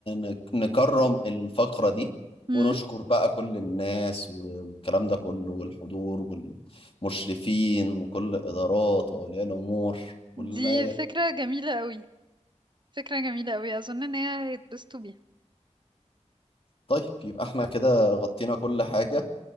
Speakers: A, on the left; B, on the right.
A: ن- نكرم الفقرة دي
B: امم
A: ونشكر بقى كل الناس والكلام ده كله والحضور والمشرفين وكل الادارات واولياء الامور وال-
B: دي فكره جميله قوي فكره جميله قوي اظن ان هي هيتبسطوا بيها
A: طيب يبقى احنا كده غطينا كل حاجة